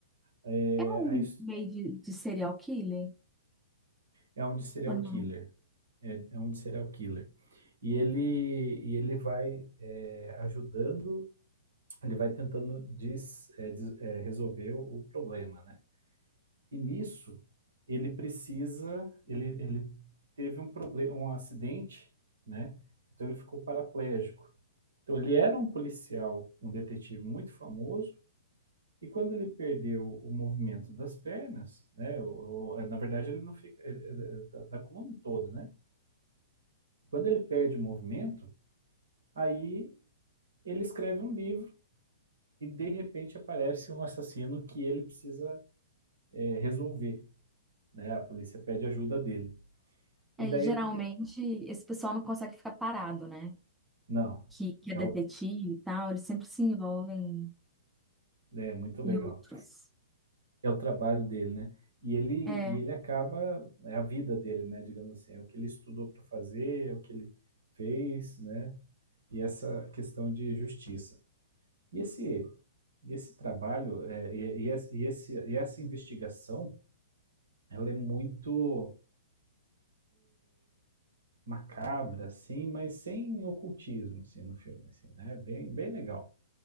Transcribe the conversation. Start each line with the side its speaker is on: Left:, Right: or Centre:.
Right: É,
Centre: É um
Right: a his-
Centre: meio de, de serial killer
Right: é um de serial
Centre: ou não?
Right: killer. É, é um de serial killer. E ele, e ele vai é, ajudando, ele vai tentando des- é, des- é, resolver o problema, né? E nisso, ele precisa, ele, ele teve um problema, um acidente, né? Então ele ficou paraplégico. Então ele era um policial, um detetive muito famoso, e quando ele perdeu o movimento das pernas, né? o- o- é, na verdade ele não fica ele- da, da coluna toda, né? Quando ele perde o movimento, aí ele escreve um livro e de repente aparece um assassino que ele precisa é, resolver, né? A polícia pede ajuda dele.
Centre: É,
Right: E daí
Centre: geralmente
Right: o que-
Centre: esse pessoal não consegue ficar parado, né?
Right: Não,
Centre: Que, que é
Right: é
Centre: detetive
Right: o
Centre: e tal, eles sempre se envolvem
Right: é muito legal.
Centre: em outros.
Right: É o trabalho dele, né. E ele
Centre: É,
Right: e ele acaba é a vida dele, né, digamos assim, é o que ele estudou para fazer, é o que ele fez, né, e essa questão de justiça. E esse e esse trabalho, eh, e e esse e esse e essa investigação, ela é muito macabra, assim, mas sem ocultismo, assim, no filme, assim, né, bem bem legal.